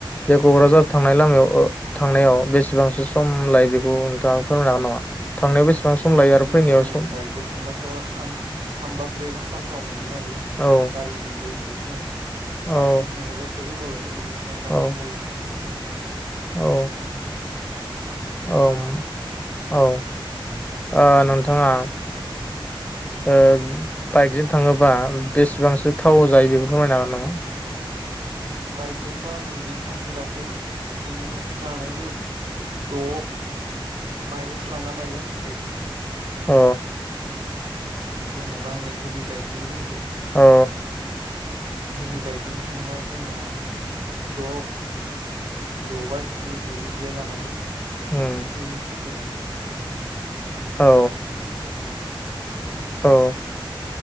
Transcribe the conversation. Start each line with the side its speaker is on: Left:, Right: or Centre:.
Left: बेे कक्राझार थांनाय लामायाव ओ थांनायाव बेसेबांसो सम लायो बेखौ नोंथाङा फोरमायनो हागोन नामा? थांनायाव बेसेबां सम
Right: बिदिनो
Left: लायो आरो फैनायाव
Right: जोङो
Left: सम
Right: बाइकजों थांबाथ' थाम-थाम बा ब्रै घन्टाफोराव मोनहैयो नायो बिदिनो
Left: औ
Right: गारिजोंबो मेनो
Left: औ
Right: बासजों थाङोबा एसे गोबाव लाय बेनि साया बांसिन
Left: औ
Right: लायो बासजों थांबा
Left: औ
Right: उम बेखिनियानो
Left: ओम औ ओ नोंथांङा
Right: उम
Left: ओ बाइकजों थाङोबा बेसेबांसो थाव जायो बेखौ फोरमायनो हागोन नामा?
Right: बाइकजोंथ' आङो बिदि थांफेराखै बिदिनो जानांगौ द माइलेज लाना माइलेज बाइकनि
Left: अ
Right: जेनेबा आङो हेभि बाइकखौनो बुंनोसै
Left: औ
Right: हेभि बाइकजों थाङोबा जोंना द' द' बा स्नि बेफोरदिया जानांगौ
Left: उम
Right: नै लिथारफोरा
Left: औ औ